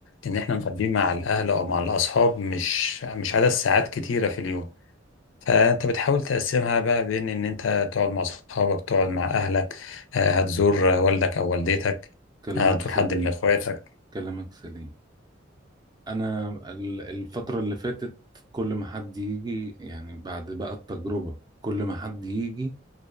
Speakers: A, on the left; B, on the right.
A: إن إحنا نقضيه مع الأهل أو مع الأصحاب مش مش عدد ساعات كتيرة في اليوم فأنت بتحاول تقسمها بقى بين إن أنت تقعد مع أصحابك تقعد مع أهلك آه، هتزور والدك أو والدتك
B: كلامك
A: آه، هتزور
B: سليم
A: حد من إخواتك
B: كلامك سليم انا ال- الفترة اللي فاتت كل ما حد يجي يعني بعد بقى التجربة كل ما حد يجي